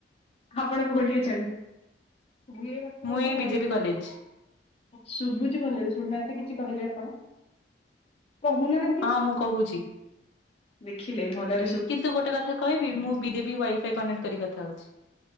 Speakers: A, on the left; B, on the left.
A: ଆପଣ, କୋଉଠି ଅଛନ୍ତି? ଧୀରେ କଥା ହଉଛି,
B: ମୁଁ ଏଇ ବିଜେପି କଲେଜ
A: ଶୁଭୁଛି, ଭଲ ଲାଗେ ଶୁଣୁନାହାନ୍ତି, କିଛି କହିଲେ ଆପଣ । କହୁନାହାନ୍ତି,
B: ହଁ ମୁଁ କହୁଛି
A: ଦେଖିଲେ, ଭଲ
B: କିନ୍ତୁ ଗୋଟେ କଥା କହିବି, ମୁଁ ବି ଦେବୀ ୱାଇଫାଇ କନେକ୍ଟ କରି କଥା ହଉଛି ।